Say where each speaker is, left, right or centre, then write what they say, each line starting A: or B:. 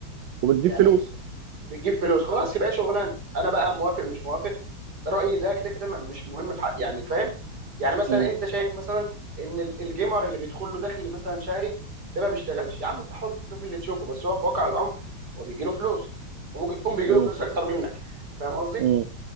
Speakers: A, on the right (about 70°); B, on the right (about 50°).
A: وبتجيب
B: يعني
A: فلوس
B: بتجيب فلوس خلاص يبقى هي شغلانه انا بقى موافق مش موافق رايي ده كده كده م- مش مهم في حق يعني فاهم يعني مثلا
A: مم.
B: انت شايف مثلا ان ال- الجيمر اللي بيدخل له دخل مثلا شهري ده ما بيشتغلش يا عم انت حر شوف اللي تشوفه بس هو في واقع الامر هو بيجي له فلوس وممكن يكون بيجي
A: مم.
B: له فلوس اكتر منك فاهم قصدي
A: مم.